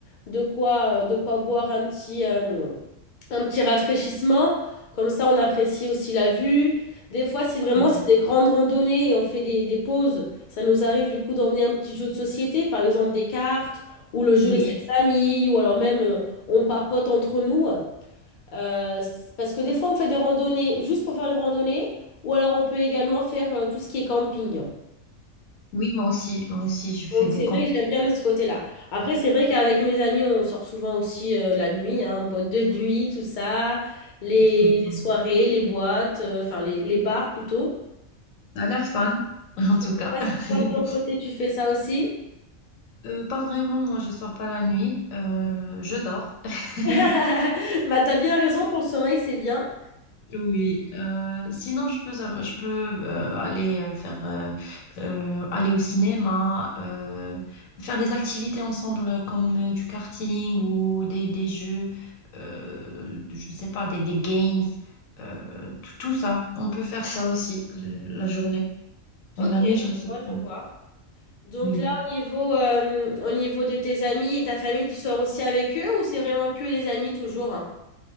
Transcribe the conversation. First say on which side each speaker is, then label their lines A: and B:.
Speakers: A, on the left; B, on the left.
A: de quoi, euh, de quoi boire un petit, euh, un petit rafraîchissement. Comme ça, on apprécie aussi la vue. Des fois, si vraiment
B: Oui,
A: c'est des grandes randonnées et on fait des, des pauses, ça nous arrive du coup d'emmener un petit jeu de société, par exemple des cartes ou le jeu
B: oui,
A: des sept familles, ou alors même euh, on papote entre nous. Euh, c- parce que des fois, on fait des randonnées juste pour faire une randonnée, ou alors on peut également faire euh, tout ce qui est camping.
B: oui, moi aussi, moi aussi, je fais
A: Donc
B: des
A: c'est vrai que j'aime bien de ce côté-là. Après, c'est vrai qu'avec mes amis, on sort souvent aussi euh, la nuit, hein, <laughs> boîte de nuit, tout ça, les,
B: compétitions.
A: les soirées, les boîtes, euh, enfin les, les bars plutôt.
B: Ça a l'air fun, <laughs> en
A: Je
B: tout
A: sais
B: cas.
A: pas si
B: <laughs>
A: toi de ton côté tu fais ça aussi.
B: Euh, pas vraiment, moi je sors pas la nuit, euh, je dors. <laughs>
A: <laughs> Bah t'as bien raison pour le sommeil, c'est bien.
B: Oui, euh, sinon je peux, euh, je peux euh, aller euh, faire euh, euh, aller au cinéma, euh, faire des activités ensemble comme euh, du karting ou des, des jeux, euh, je sais pas, des, des games, euh, tout, tout ça. On peut faire ça aussi euh, la journée,
A: Ok,
B: mais la
A: je
B: nuit je ne sais
A: vois,
B: pas.
A: je vois. Donc
B: Oui.
A: là, au niveau, euh, au niveau de tes amis et ta famille, tu sors aussi avec eux ou c'est vraiment que les amis toujours?